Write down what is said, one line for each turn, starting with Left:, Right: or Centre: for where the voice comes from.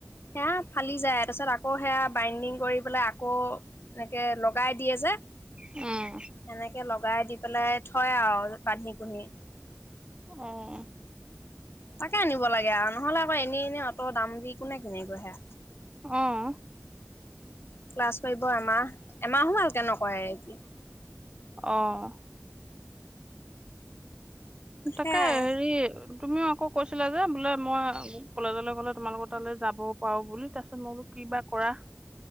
Left: সেয়া ফালি যায় তাৰপিছত আকৌ সেয়া বাইণ্ডিং কৰি পেলাই আকৌ এনেকে লগাই দিয়ে যে
Right: উম
Left: এনেকে লগাই দি পেলাই থয় আৰু বান্ধি <unintelligible>
Right: উম।
Left: তাকে আনিব লাগে আৰু নহ'লে আকৌ এনেই এনেই অত দাম দি কোনে কনে গৈ হেয়া
Right: অ'।
Left: ক্লাছ ফাইভৰ আমাৰ এমাহো ভালকে নকৰে
Right: অ'।
Left: সেয়াই
Right: তাকে হেৰি তুমিও আকৌ কৈছিলা যে, বোলে মই কলেজলৈ গ'লে তোমালোকৰ তালৈ যাব পাৰো বুলি তাৰ পিছত মই বোলো কিবা কৰা।